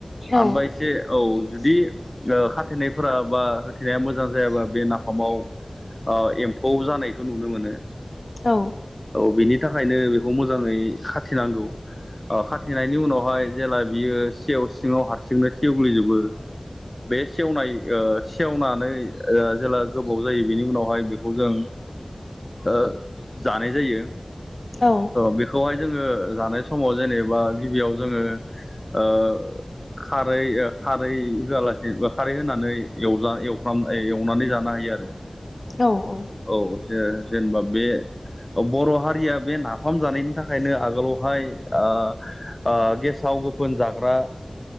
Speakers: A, on the left; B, on the left.
A: औ
B: ओमफाय एसे औ जुदि ओ खाथेनायफोरा बा होथेनाया मोजां जायाबा बे नाफामाव ओ एम्फौ जानायखौ नुनो मोनो।
A: औ।
B: औ बिनि थाखायनो बेखौ मोजाङै खाथिनांगौ ओ खाथेनायनि उनावहाय जेला बियो सेव सिङाव हारसिंनो सेव्ललिजोबो बे सेवनाय ओ सेवनानै जेला गोबाव जायो बेनि उनावहाय बेखौ जों ओ जानाय जायो।
A: औ
B: बेखौहाय जोङो जानाय समाव जेनेबा गिबियाव जोङो ओ खारै ओ खारै होआलासेनोबा खारै होनानै एवना एवफ्राम एवनानै जानो हायो आरो। <inaudible>
A: औ औ
B: औ जे जेनेबा बे बर' हारिया बे नाफाम जानायनि थाखायनो आगोलावहाय ओ ओ गेसाव गोफोन जाग्रा